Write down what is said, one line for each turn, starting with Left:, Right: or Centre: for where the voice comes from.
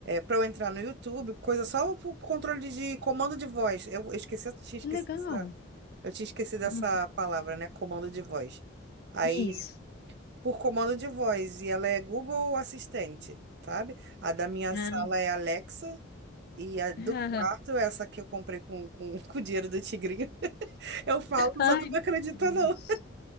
Right: para eu entrar no YouTube, coisa só o o controle de comando de voz. Eu, eu esqueci, tinha
Left: Que
Right: esquecido
Left: legal.
Right: essa, eu tinha esquecido
Left: Uhum.
Right: essa palavra, né, comando de voz. aí
Left: Isso.
Right: por comando de voz e ela é Google Assistente, sabe? A da minha
Left: Ah,
Right: sala é Alexa e a do
Left: <laughs>
Right: quarto,
Left: ah.
Right: é essa que eu comprei com, com, <laughs> com o dinheiro do Tigrinho, <laughs> eu falo, os
Left: Ai,
Right: outros não
Left: meu
Right: acreditam,
Left: Deus.
Right: não.